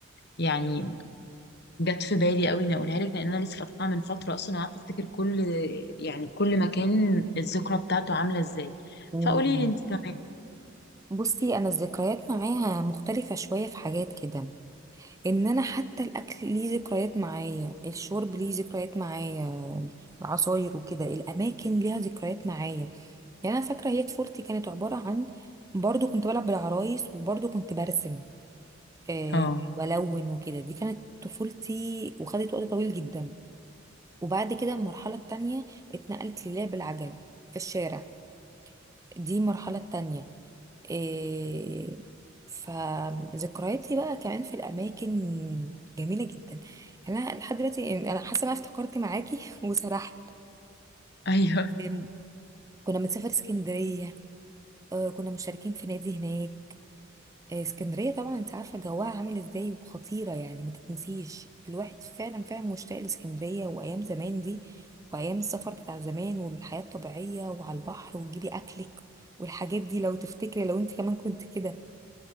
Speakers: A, on the left; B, on the right.
A: يعني جت في بالي قوي اني اقولها لك لان انا لسه فاتحاها من فتره اصلا وقعدت افتكر كل يعني كل مكان الذكرى بتاعته عامله ازاي
B: مم.
A: فقولي لي انت كمان
B: بصي انا الذكريات معايا مختلفة شوية في حاجات كده ان انا حتى الاكل ليه ذكريات معايا الشرب ليه ذكريات معايا العصاير وكده الاماكن ليها ذكريات معايا يعني انا فاكرة هي طفولتي كانت عبارة عن برضو كنت بلعب بالعرايس وبرضو كنت برسم آه،
A: اه
B: والون وكده دي كانت طفولتي وخدت وقت طويل جدا وبعد كده المرحله التانية اتنقلت للعب العجل في الشارع دي المرحله التانية آه، فذكرياتي بقى كمان في الاماكن جميله جدا يعني انا لحد دلوقتي يعني انا حاسه ان انا افتكرت معاكي <laughs> وسرحت
A: <laughs> ايوه
B: آم، كنا بنسافر اسكندريه آه، كنا مشتركين في نادي هناك آه، اسكندرية طبعا انت عارفة جواها عامل ازاي وخطيرة يعني ما تتنسيش الواحد فعلا فعلا مشتاق لاسكندرية وايام زمان دي وايام السفر بتاع زمان والحياة الطبيعية وعلى البحر وتجيبي اكلك والحاجات دي لو تفتكري لو انت كمان كنت كده